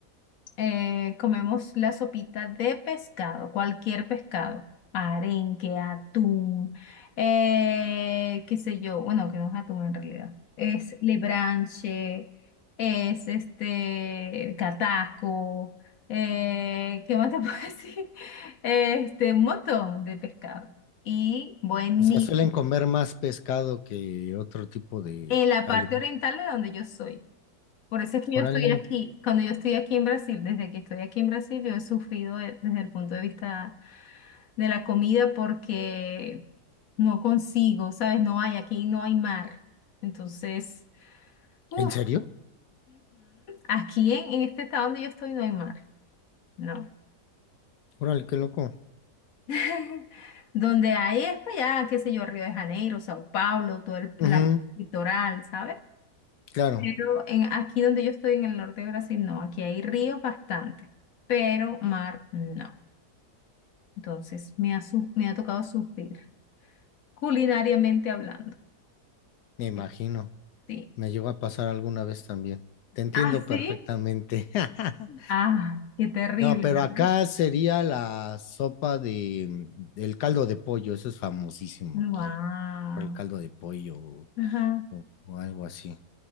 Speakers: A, on the left (about 60°); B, on the left (about 75°).
A: eh, comemos la sopita de pescado, cualquier pescado, arenque, atún, eh, qué sé yo, bueno, que no es atún en realidad, es lebranche, es este cataco, eh, ¿qué más te puedo <laughs> decir? Este, un montón de pescado. Y buenísimo.
B: O sea, suelen comer más pescado que otro tipo de
A: En la
B: alimento.
A: parte oriental de donde yo soy. Por eso es que
B: Órale,
A: yo estoy aquí, cuando yo estoy aquí en Brasil, desde que estoy aquí en Brasil, yo he sufrido eh, desde el punto de vista de la comida porque no consigo, ¿sabes? No hay, aquí no hay mar. Entonces, uff,
B: ¿en serio?
A: aquí en, en este estado donde yo estoy no hay mar, no.
B: Órale, qué loco.
A: <laughs> Donde hay es para allá, qué sé yo, Río de Janeiro, Sao Paulo, todo el la
B: Ujú,
A: litoral, ¿sabes?
B: Claro,
A: Pero en, aquí donde yo estoy en el norte de Brasil, no, aquí hay ríos bastante, pero mar no. Entonces, me ha, su- me ha tocado sufrir, culinariamente hablando.
B: me imagino.
A: Que Sí.
B: Me llegó a pasar alguna vez también. Te entiendo
A: Ah,
B: perfectamente.
A: sí.
B: <laughs>
A: Ah, qué terrible,
B: No, pero
A: ¿verdad?
B: acá sería la sopa de mm, el caldo de pollo. Eso es famosísimo
A: Wow.
B: aquí. Por el caldo de pollo o,
A: Ajá.
B: o algo así.